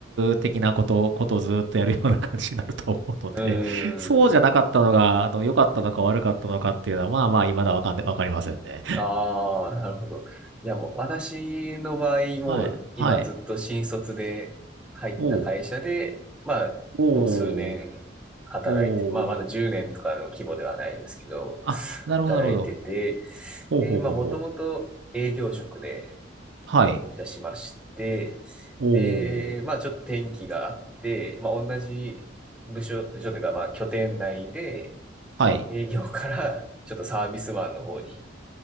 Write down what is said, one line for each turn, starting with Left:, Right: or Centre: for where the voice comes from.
Right: 的なこと、ことをずっとやるような感じになると思うので、
Centre: ーん。
Right: <laughs> そうじゃなかったのが、あの、良かったのか悪かったのかっていうのは、まあまあ、未だわかんで、わかりませんね。
Centre: ああ、なるほど。いや、もう、私の場合、もう、
Right: はい、はい。
Centre: 今ずっと新卒で入った会社で、
Right: おう、
Centre: まあ、
Right: おう、
Centre: もう数年働いてる。
Right: おう、
Centre: まあ、まだ10年とかの規模ではないですけど、
Right: あ、なるほど、
Centre: 働いてて、
Right: なるほど。ほうほうほうほう。
Centre: で、まあ、もともと営業職で、
Right: はい。
Centre: 入社しまして、
Right: おう、
Centre: で、まあちょっと転機があって、まあ同じ部署、部署というかまあ拠点内で
Right: はい。
Centre: 営業からちょっとサービスマンの方に、